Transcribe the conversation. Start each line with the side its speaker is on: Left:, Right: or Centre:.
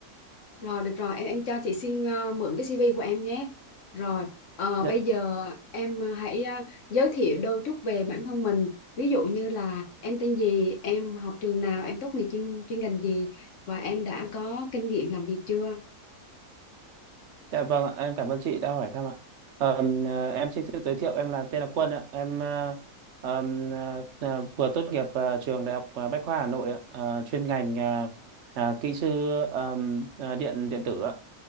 Left: Rồi, được rồi, em em cho chị xin ờ, mượn cái CV của em nhé. Rồi, ờ,
Right: Dạ.
Left: bây giờ em ờ, hãy ờ, giới thiệu đôi chút về bản thân mình. Ví dụ như là em tên gì, em học trường nào, em tốt nghiệp chuyên, chuyên ngành gì và em đã có kinh nghiệm làm việc chưa?
Right: Dạ vâng ạ, em cảm ơn chị đã hỏi thăm ạ. Ờm, à, em xin tự giới thiệu, em là tên là Quân ạ. Em à, ờm, à, à, vừa tốt nghiệp à, trường Đại học à, Bách khoa Hà Nội ạ, À, chuyên ngành à, à, kỹ sư ờm, à, điện điện tử ạ